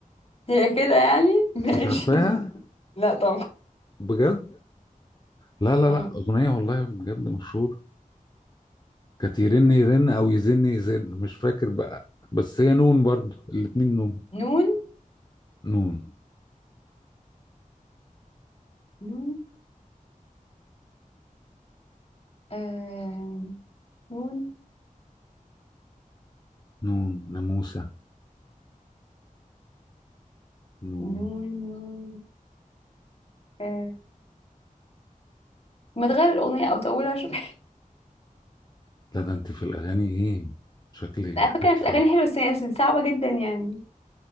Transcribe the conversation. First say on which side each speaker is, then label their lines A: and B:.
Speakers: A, on the left (about 45°); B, on the left (about 30°).
A: هي كده يعني ماشي
B: انت مش عارفاها
A: لا طبعا
B: بجد لا لا
A: آه.
B: لا أغنية والله بجد مشهور كانت يرن يرن أو يزن يزن مش فاكر بقى بس هي نون برضو الاتنين نون
A: نون
B: نون
A: نون آه نون
B: نون ناموسة نون
A: نون نون آه ما تغير الأغنية أو طولها شوية
B: لا ده أنت في الأغاني إيه شكلي
A: <laughs> على
B: هكسب
A: فكرة في الأغاني حلوة بس هي صعبة جدا يعني